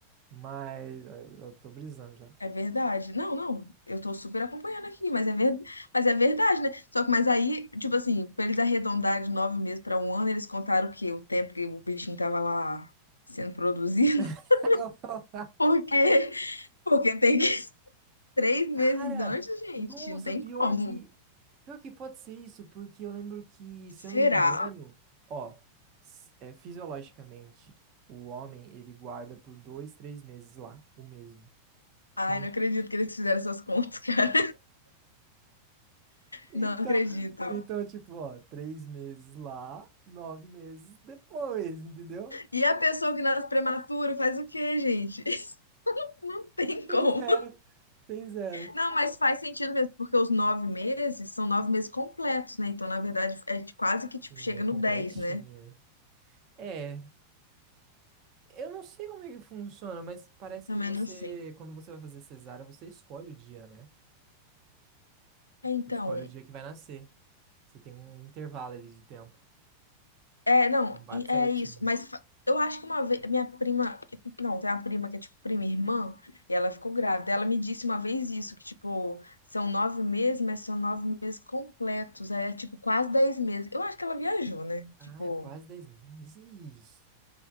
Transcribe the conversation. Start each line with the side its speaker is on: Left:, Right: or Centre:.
Right: Mas, eu tô brisando já.
Left: É verdade. Não, não, eu tô super acompanhando aqui, mas é, ver... mas é verdade, né? Só que, mas aí, tipo assim, pra eles arredondarem de nove meses pra um ano, eles contaram o quê? O tempo que o bichinho tava lá sendo produzido?
Right: <laughs>
Left: <laughs> Porque, porque tem que <laughs> três meses
Right: Cara,
Left: antes, gente,
Right: nossa,
Left: não tem
Right: pior
Left: como.
Right: que pior que pode ser isso, porque eu lembro que, se
Left: Será?
Right: eu não me engano, ó, s- é, fisiologicamente, o homem ele guarda por dois, três meses lá, o mesmo.
Left: Ai,
Right: En-
Left: não acredito que eles fizeram essas contas, <laughs> cara.
Right: Então,
Left: Não acredito.
Right: então tipo, ó, três meses lá, nove meses depois, entendeu?
Left: E a pessoa que nasce prematura faz o quê, gente? <laughs> Não tem
Right: Tem
Left: como.
Right: zero, tem zero.
Left: Não, mas faz sentido mesmo, porque os nove meses são nove meses completos, né? Então, na verdade, é de- quase que tipo
Right: Sim,
Left: chega
Right: é completinha.
Left: no 10, né?
Right: É, eu não sei como é que funciona, mas parece
Left: Eu também
Right: que você,
Left: não sei.
Right: quando você vai fazer cesárea, você escolhe o dia, né?
Left: É, Então,
Right: Você escolhe o dia que vai nascer. Você tem um intervalo ali de tempo.
Left: é, não,
Right: Não bate
Left: e- é
Right: certinho.
Left: isso. Mas fa- eu acho que uma vez, minha prima, não, tem uma prima que é tipo prima e irmã, e ela ficou grávida. Ela me disse uma vez isso, que tipo, são nove meses, mas são nove meses completos. Aí é tipo quase dez meses. Eu acho que ela viajou, né?
Right: Ah,
Left: Tipo,
Right: é quase 10 meses?